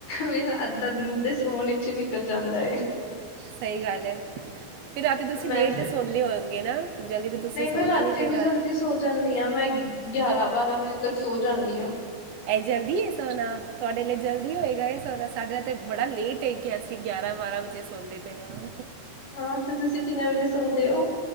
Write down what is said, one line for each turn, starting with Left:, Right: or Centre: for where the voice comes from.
Left: ਮੇਰਾ ਅੱਧਾ ਦਿਨ ਤੇ ਸੋਨ ਵਿਚ ਨਿਕਲ ਜਾਂਦਾ
Right: ਸਹੀ ਗੱਲ ਹੈ ਫਿਰ ਰਾਤੀ ਤੁਸੀਂ
Left: ਮੈਂ
Right: ਲੇਟ
Left: ਫਿਰ
Right: ਈ ਸੋਂਦੇ ਹੋਓਗੇ ਨਾ ਜਲਦੀ ਤੁਸੀਂ
Left: ਨਹੀਂ
Right: ਸੋਣਾ
Left: ਮੈਂ ਰਾਤੀ
Right: ਫਿਰ
Left: ਵੀ ਜਲਦੀ ਸੋ ਜਾਂਦੀ ਆਂ ਮੈਂ ਗਿਆਰਾਂ ਬਾਰਾਂ ਵਜੇ ਤੱਕ ਸੋ ਜਾਂਦੀ ਆਂ
Right: ਇਹ ਜਲਦੀ ਹੈ ਸੋਨਾ ਤੁਹਾਡੇ ਲਈ ਜਲਦੀ ਹੋਏਗਾ ਇਹ ਸੋਨਾ ਸਾਡੇ ਲਈ ਤੇ ਬੜਾ ਲੇਟ ਏ ਗਿਆ ਅਸੀਂ ਗਿਆਰਾਂ ਬਾਰਾਂ ਵਜੇ ਸੌਂਦੇ ਪਏ ਆਂ
Left: ਹਾਂ ਤੇ ਤੁਸੀਂ ਕਿੰਨੇ ਵਜੇ ਸੋਂਦੇ ਹੋ